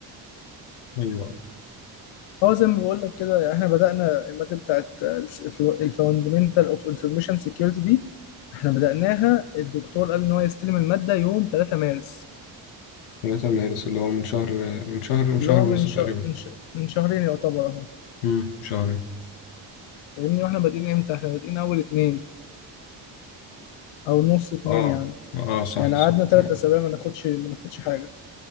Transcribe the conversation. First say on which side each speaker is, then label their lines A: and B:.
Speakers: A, on the left; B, on the left.
A: ايوه
B: هو زي ما بقول لك كده يعني احنا بدأنا المادة بتاعت الفاندمنتال اوف انفورميشن سيكيورتي دي احنا بدأناها الدكتور قال ان هو يستلم المادة يوم 3 مارس
A: ثلاثة مدارس اللي هو من شهر من شهر من
B: اللي
A: شهر
B: هو
A: ونص
B: من شهر
A: تقريبا
B: من, ش... من شهرين يعتبر اهو
A: امم شهر
B: فاهمني واحنا بادئين امتى احنا بادئين اول اتنين او نص اتنين
A: اه
B: يعني
A: اه صح
B: يعني
A: صح
B: قعدنا تلات
A: تمام
B: اسابيع ما ناخدش ما ناخدش حاجه